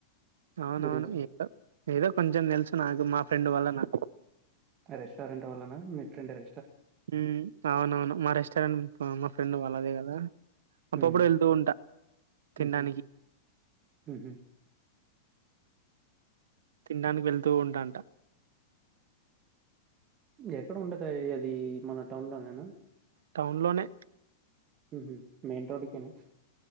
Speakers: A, on the right; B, on the right.
A: అవునవును
B: గురించి
A: ఏదో ఏదో కొంచెం తెలుసు నాకు మా ఫ్రెండ్ వల్ల నా
B: రెస్టారెంట్ వల్లనా మీ ఫ్రెండ్స్
A: మ్ అవునవును మా రెస్టారెంట్ మా ఫ్రెండ్ వాళ్ళదే కదా అప్పుడప్పుడు
B: ఉమ్
A: వెళ్తూ ఉంటా తిండానికి
B: ఉహు ఉహు
A: తినడానికి వెళ్తూ ఉంటాంట
B: ఎక్కడ ఉండది అది మన టౌన్ లోనేన
A: టౌన్లోనే
B: మ్ హు మెయిన్ రోడ్కినా